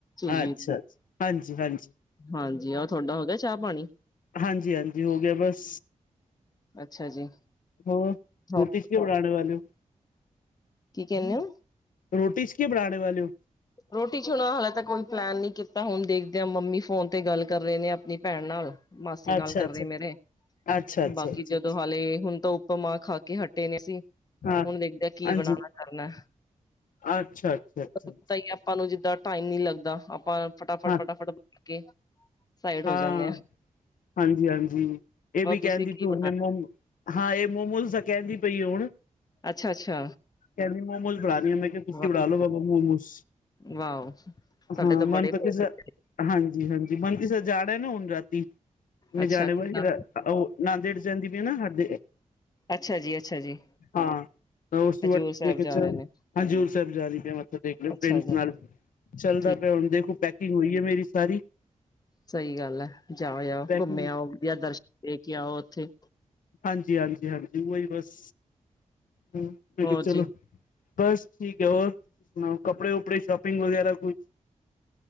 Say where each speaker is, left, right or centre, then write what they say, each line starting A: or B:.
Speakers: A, on the left; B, on the left.
A: ਜੀ
B: ਅੱਛਾ ਅੱਛਾ ਹਾਂਜੀ ਹਾਂਜੀ
A: ਹਾਂਜੀ, ਆਹ ਤੁਹਾਡਾ ਹੋ ਗਿਆ ਚਾਹ- ਪਾਣੀ?
B: ਹਾਂਜੀ- ਹਾਂਜੀ ਹੋ ਗਿਆ ਬਸ।
A: ਅੱਛਾ ਜੀ।
B: ਹੋ
A: ਹੋਰ
B: ਰੋਟੀ ਚ' ਕੀ ਬਾਣੇ ਵਾਲੇ ਹੋ?
A: ਕੀ ਕਹਿੰਦੇ ਹੋ?
B: ਰੋਟੀ ਚ 'ਕੀ ਬਣਾਣੇ ਵਾਲੇ ਹੋ?
A: ਰੋਟੀ ਹੁਣਾ ਹਾਲੇ ਤਾਂ ਕੋਈ ਪਲੈਨ ਨਹੀ ਕੀਤਾ, ਹੁਣ ਦੇਖ ਦੇ ਆ, ਮੰਮੀ ਫੋਨ ਤੇ ਗੱਲ ਕਰ ਰਹੇ ਨੇ ਆਪਣੀ ਭੈਣ ਨਾਲ। ਮਾਸੀ
B: ਅੱਛਾ
A: ਨਾਲ ਕਰ
B: ਅੱਛਾ
A: ਰਹੇ ਮੇਰੇ।
B: ਅੱਛਾ ਅੱਛਾ
A: ਬਾਕੀ
B: ਅੱਛਾ
A: ਜਦੋਂ
B: ਅੱਛਾ
A: ਹਾਲੇ ਹੁਣ ਤੋਂ ਊਪਾਂਮਾਂ ਖਾ ਕੇ ਹਟੇ ਨੇ ਅਸੀਂ।
B: ਹਾਂ
A: ਹੁਣ ਦੇਖਦੇ ਕੀ
B: ਹਾਂਜੀ
A: ਬਣਾਉਣਾ ਕਰਨਾ।
B: ਅੱਛਾ ਅੱਛਾ ਅੱਛਾ
A: ਪਤਾ
B: ਅੱਛਾ
A: ਆਪਾਂ ਨੂੰ ਜਿੱਦਾਂ ਟਾਈਮ ਨੀ ਲੱਗਦਾ, ਆਪਾਂ ਫਟਾਫਟ-
B: ਹਾਂ
A: ਫਟਾਫਟ ਬਣਾ ਕੇ ਸਾਈਡ ਹੋ
B: ਹਾਂ,
A: ਜਾਂਦੇ ਆ
B: ਹਾਂਜੀ- ਹਾਂਜੀ ਇਹ
A: ਹੋਰ
B: ਵੀ ਕਹਿੰਦੀ
A: ਤੁਸੀਂ ਕੀ
B: ਪਈ
A: ਬਣਾਣਾ
B: ਹਾਂ, ਇਹ ਮੋਮੋਸ ਤਾਂ ਕਹਿੰਦੀ ਪਈ ਹੁਣ
A: ਅੱਛਾ- ਅੱਛਾ।
B: ਕਹਿੰਦੀ ਮੋਮਜ ਬਣਾਣੀ ਹ ਮੈਂ ਤੁਸੀਂ
A: ਵਾਹ
B: ਬਣਾ ਲੋ ਬਾਬਾ ਮੋਮੋਸ
A: ਵਾਹ ਸਾਡੇ
B: ਹਾਂ,
A: ਬੜੇ
B: ਮਨ
A: ਫੇਵਰੇਟ।
B: ਤਾਂ ਕਿਸ ਹਾਂਜੀ- ਹਾਂਜੀ, ਮਨ ਕਿ ਸਰ ਜਾਣਾ ਨਾ ਹੁਣ ਰਾਤੀ ਮ
A: ਅੱਛਾ
B: ਜਾਣੇ
A: ਕਿੱਦਾਂ
B: ਵ <unintelligible> ਉਹ ਨਦੇੜ ਜਾਂਦੀ ਪਾਏ ਨਾ। ਸਾਡੇ
A: ਅੱਛਾ ਜੀ, ਅੱਛਾ ਜੀ।
B: ਹਾਂ ਤਾਂ ਉਸ ਤੋਂ
A: ਹਜ਼ੂਰ
B: ਬਾਅਦ
A: ਸਾਹਿਬ
B: ਮੈਂ
A: ਜਾ
B: ਚ'
A: ਰਹੇ ਨੇ
B: ਹਜ਼ੂਰ ਸਾਹਿਬ ਜਾ ਰਹੀ ਪਿਆ ਮੱਥਾ ਟੇਕਣ, ਫਰੈਂਡਸ
A: ਅੱਛਾ ਜੀ
B: ਨਾਲ। ਚੱਲਦਾ
A: ਠੀਕ
B: ਪਿਆ, ਹੁਣ ਦੇਖੋ ਪੈਕਿੰਗ ਹੋਈ ਐ ਮੇਰੀ ਸਾਰੀ।
A: ਸਹੀ ਗੱਲ ਹੈ ਜਾਓ, ਜਾਓ,
B: ਪੈਕਿੰਗ
A: ਘੁੰਮੇ ਆਓ, ਵਧੀਆ ਦਰਸ਼ਨ ਦੇ ਕੇ ਆਓ ਉੱਥੇ।
B: ਹਾਂਜੀ- ਹਾਂਜੀ -ਹਾਂਜੀ, ਉਹੀ ਬਸ ਮੈ
A: ਹੋਰ
B: ਕਿਹਾ ਚਲੋਂ।
A: ਜੀ
B: ਬਸ ਠੀਕ ਹੈ, ਹੋਰ ਕੱਪੜੇ- ਕੂਪੜੇ ਸ਼ੋਪਿੰਗ ਵਗੈਰਾ ਕੁਛ।